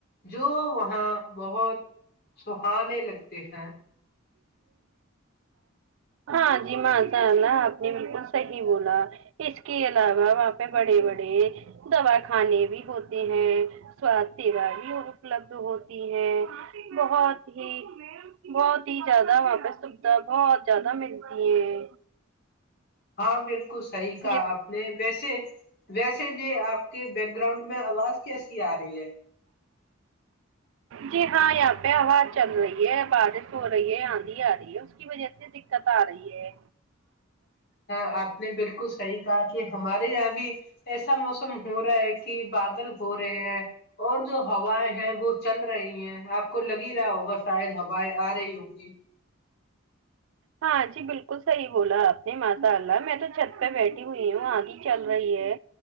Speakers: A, on the left; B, on the right.
A: جو وہاں بہت سہانے لگتے ہیں
B: ہاں جی ماشاء اللہ آپ نے بالکل صحیح بولا اس کے علاوہ وہاں پہ بڑے بڑے دواخانے بھی ہوتے ہیں سواستھ سوا بھی اپلبد ہوتی ہیں بہت ہی بہت ہی زیادہ وہاں پہ سوھا بہت زیادہ ملتی ہے
A: ہاں بالکل صحیح کہا
B: جی
A: آپ نے ویسے ویسے ج آپ کے بیک گراؤنڈ میں آواز کیسی آ رہی ہے
B: جی ہاں یہاں پہ ہا چل رہی ہے بارش ہو رہی ہے آندھی آ رہی ہے اس کی وجہ سے دقت آ رہی ہے
A: ہاں آپ نے بالکل صحیح کہا کہ ہمارے یہاں بھی ایسا موسم ہو رہا ہے کہ بادل ہو رہے ہیں اور جو ہوائیں ہیں وہ چل رہی ہیں آپ کو لگ ہی رہا ہوگا شاید ہوائیں آ رہی ہوں گی
B: ہاں جی بالکل صحیح بولا آپ نے ماشاء اللہ میں تو چھت پہ بیٹھی ہوئی ہوں آگے چل رہی ہے